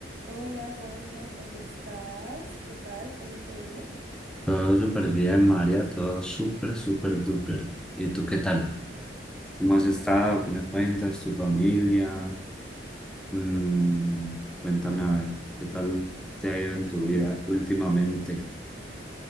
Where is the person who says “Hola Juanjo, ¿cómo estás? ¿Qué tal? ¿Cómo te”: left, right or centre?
Right